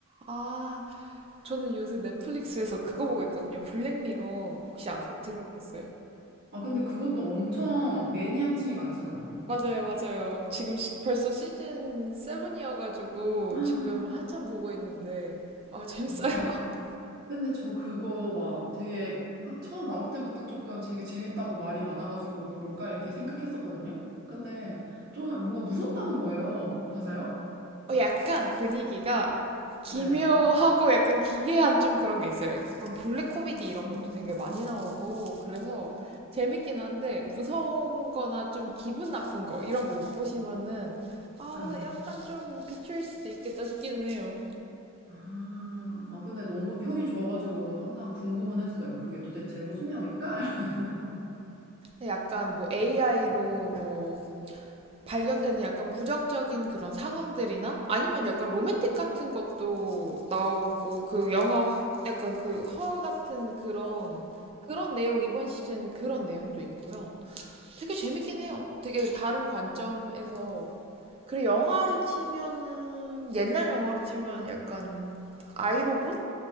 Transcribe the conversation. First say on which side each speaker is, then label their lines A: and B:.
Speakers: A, on the right; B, on the right.
A: 아, 저는 요새 넷플릭스에서 그거 보고 있거든요. 블랙미러 혹시 아세요? 들어보셨어요?
B: 아, 근데 그것도 엄청 매니아층이 많잖아요.
A: 맞아요, 맞아요. 지금 시- 벌써 시즌 7이어가지고
B: 아,
A: 지금 한참 보고 있는데 아 재밌어요.
B: 아이,
A: <laughs>
B: 근데 저 그거 막 되게 하- 처음 나올 때부터 조금 되게 재밌다고 말이 많아가지고 볼까 이렇게 생각했었거든요. 근데 좀 뭔가 무섭다는 거예요. 맞아요?
A: 어, 약간 분위기가 기묘하고
B: 네.
A: 약간 기괴한 좀 그런 게 있어요. 약간 블랙 코미디
B: 아,
A: 이런 것도 되게 많이 나오고 그래서 재밌긴 한데 무서운 거나 좀 기분 나쁜 거 이런 거 못 보시면은 아
B: 아, 네.
A: 약간 좀 비추일 수도 있겠다 싶기는 해요.
B: 아, 아, 근데 너무 평이 좋아가지고 항상 궁금은 했어요. 그게 도대체 무슨 내용일까? <laughs> 이러면서.
A: 약간 뭐 AI로 뭐 발견되는 약간 부정적인 그런 상황들이나 아니면 약간 로맨틱 같은 것도 나오고 그 영화 허- 약간 그 허 같은 그런 그런 내용 이번 시즌 그런 내용도 있고요. 되게 재밌긴 해요. 되게 다른 관점에서 그리고 영화로 치면은 옛날 영화로 치면 약간 아이로봇